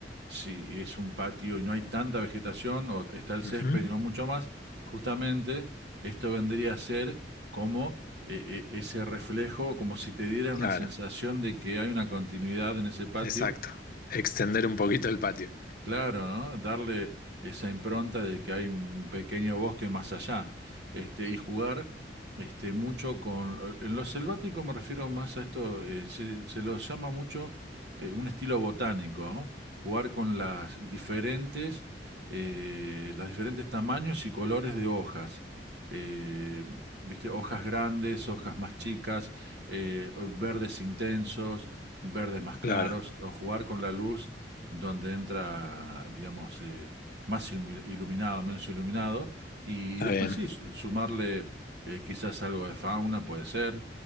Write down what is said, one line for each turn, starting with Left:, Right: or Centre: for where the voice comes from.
Right: si es un patio y no hay tanta vegetación o está el césped
Left: Ujú,
Right: y no mucho más, justamente esto vendría a ser como eh, eh, ese reflejo, como si te diera una
Left: claro.
Right: sensación de que hay una continuidad en ese patio
Left: Exacto. Extender un poquito el patio.
Right: Claro, ¿no? Darle esa impronta de que hay un pequeño bosque más allá, este, y jugar este, mucho con... En lo selvático me refiero más a esto, eh, se, se lo llama mucho eh, un estilo botánico, ¿no? Jugar con las diferentes, eh, los diferentes tamaños y colores de hojas. Eh, ¿viste? Hojas grandes, hojas más chicas, eh, verdes intensos, verdes más claros,
Left: Claro,
Right: o jugar con la luz donde entra, digamos, eh, más ilu- iluminado, menos iluminado, y,
Left: está
Right: y después
Left: bien.
Right: sí, su- sumarle eh, quizás algo de fauna, puede ser.